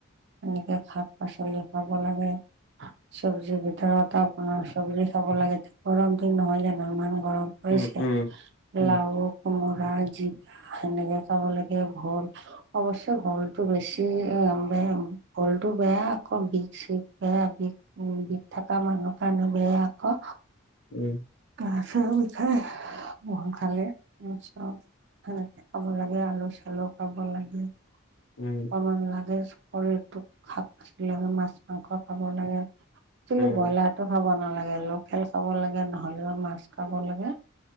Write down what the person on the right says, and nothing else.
এনেকে শাক পাচলি খাব লাগে। চব্জিৰ ভিতৰত আপোনাৰ চবেই খাব লাগে। গৰম দিন নহয় জানো, মানুহ গৰম পৰিছে।
লাও, কোমোৰা জিকা হেনেকে খাব লাগে। ভল অৱশ্যে ভলটো বেছি আ ভলটো বেয়া আকৌ। বিষ- চিষ বেয়া বিষ- উ বিষ থকা মানুহৰ কাৰণে বেয়া আকৌ।
উ গা বিষাই। খাই <unintelligible> চব সেনেকে খাব লাগে আলু চালু খাব লাগে অকমান
লাগে। শৰীৰটোক শাক পাচলি লাগে। মাছ-মাংস খাব লাগে। একচুৱেলি
ব্ৰইলাৰটো খাব নালাগে। লোকেল খাব লাগে নহ'লেবা মাছ খাব লাগে।